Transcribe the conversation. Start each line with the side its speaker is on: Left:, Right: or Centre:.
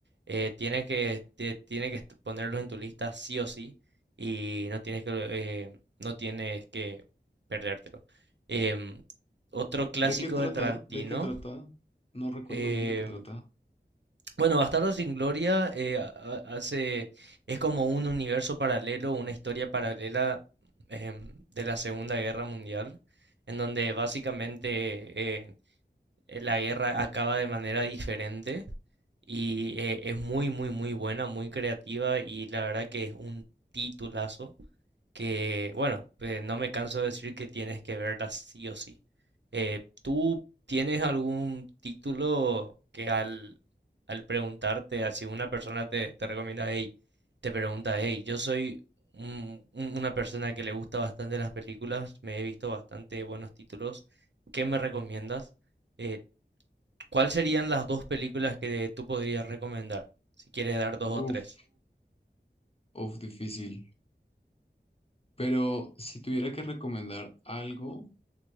Right: Eh, tienes que, te- tiene que est- ponerlo en tu lista sí o sí. Y no tienes que, eh, no tienes que perdértelo. Em, otro clásico
Left: ¿De qué trata?
Right: de Tarantino.
Left: ¿De qué trata? No recuerdo
Right: em,
Left: bien de qué trata.
Right: bueno, Bastardo sin Gloria eh, ha- ha- hace, es como un universo paralelo, una historia paralela em, de la Segunda Guerra Mundial, en donde básicamente eh, eh, la guerra acaba de manera diferente y eh, es muy, muy, muy buena, muy creativa y la verdad que es un titulazo que, bueno, pues, no me canso de decir que tienes que verla sí o sí. Eh, ¿tú tienes algún título que al, al preguntarte, así una persona te, te recomienda, hey, te pregunta, hey, yo soy un- un- una persona que le gusta bastante las películas, me he visto bastante buenos títulos, ¿qué me recomiendas? Eh, ¿Cuáles serían las dos películas que tú podrías recomendar? Si quieres dar dos o
Left: Uf,
Right: tres.
Left: uf, difícil. Pero si tuviera que recomendar algo,